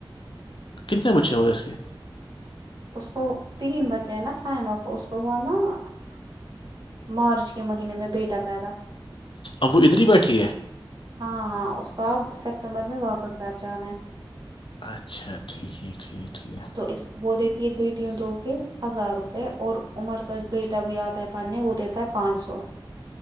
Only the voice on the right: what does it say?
اس کو تین بچے ہیں نا سائ ماں کو اس کو ہوا نا م مرچ کے مہینے میں بیٹا پیدا
ہاں ہاں اس کو اب سپٹمبر میں واپس گھر جانا ہے
تو اس وہ دیتی ہے بیٹیوں دو کے ہزار روپئے اور عمر کا بیٹا بھی آتا ہے پڑھنے وہ دیتا ہے پانچ سو